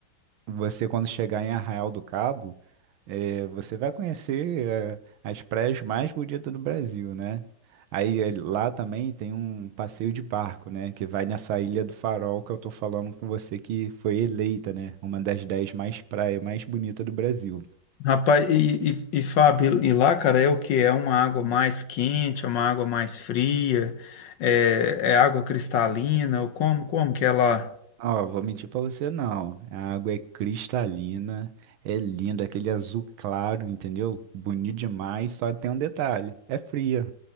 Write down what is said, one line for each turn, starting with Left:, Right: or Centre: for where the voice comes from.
Right: Você, quando chegar em Arraial do Cabo, eh, você vai conhecer eh, as praias mais bonitas do Brasil, né? Aí eh, lá também tem um passeio de barco, né? Que vai nessa Ilha do Farol que eu tô falando com você, que foi eleita, né? Uma das dez mais praias mais bonitas do Brasil.
Left: Rapaz, e, e, e Fábio, e lá, cara, é o que? É uma água mais quente, é uma água mais fria, é, é água cristalina, ou como, como que é lá?
Right: Ó, vou mentir pra você não. A água é cristalina, é linda, aquele azul claro, entendeu? Bonito demais, só tem um detalhe, é fria.